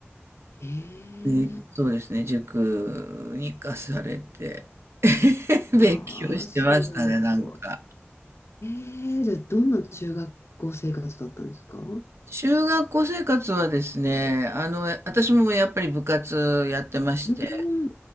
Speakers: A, on the left; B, on the right.
A: ええ
B: でそうですね、塾に行かされて、<laughs> 勉強してましたね、
A: ああ、す
B: なんか。
A: ごい。ええじゃあ、どんな中学校生活だったんですか
B: 中学校生活はですね、あの、私もやっぱり部活やってまして、
A: うん